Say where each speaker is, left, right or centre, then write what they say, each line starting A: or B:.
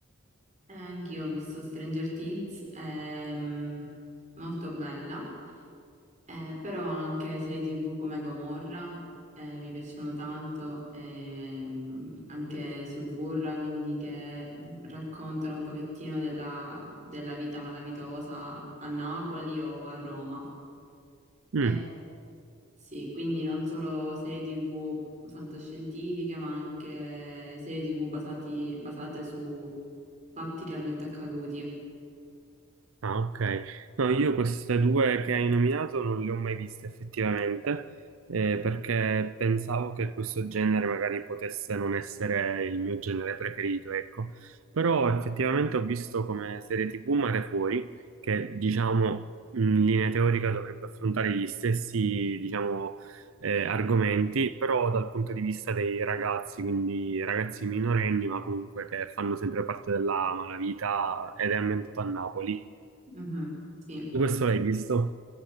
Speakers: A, on the right; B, on the right.
A: Eh, anch'io ho visto Stranger Things, ehm, molto bella, eh, però anche serie TV come Gomorra, eh, mi piacciono tanto, ehm, anche Suburra, quindi che raccontano un pochettino della, della vita malavitosa a Napoli o a Roma.
B: Mm.
A: Eh, Sì, quindi non solo serie TV fantascientifiche, ma anche serie TV basati- basate su fatti realmente accaduti.
B: Ah, ok. No, io queste due che hai nominato non le ho mai viste effettivamente, eh, perché pensavo che questo genere magari potesse non essere il mio genere preferito, ecco. Però effettivamente ho visto come serie TV Mare Fuori, che diciamo in linea teorica dovrebbe affrontare gli stessi, diciamo, eh,
A: Sì,
B: argomenti, però dal punto di vista dei ragazzi, quindi ragazzi minorenni, ma comunque che fanno sempre parte della malavita ed è ambientato a Napoli.
A: Mhm, Sì,
B: Tu questo l'hai visto?